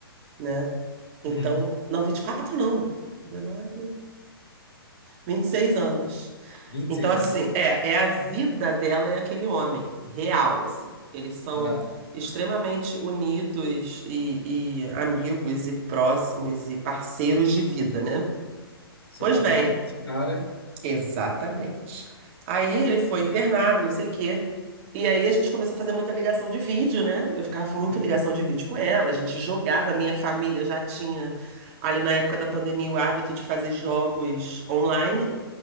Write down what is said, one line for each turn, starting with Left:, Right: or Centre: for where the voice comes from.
Right: né? Então,
Left: Uhum.
Right: não, 24 não. dezenove, vinte e seis anos.
Left: vinte
Right: Então,
Left: e seis
Right: assim,
Left: anos.
Right: é, é a vida dela e aquele homem, real, assim. Eles são
Left: Aham.
Right: extremamente unidos e, e amigos e próximos e parceiros de vida, né?
Left: Se
Right: Pois
Left: ela
Right: bem,
Left: perde esse cara,
Right: Exatamente. Aí ele foi internado, não sei o quê. E aí a gente começou a fazer muita ligação de vídeo, né? Eu ficava muito
Left: né?
Right: ligação de vídeo com ela, a gente jogava, minha família já tinha ali na época da pandemia o hábito de fazer jogos online.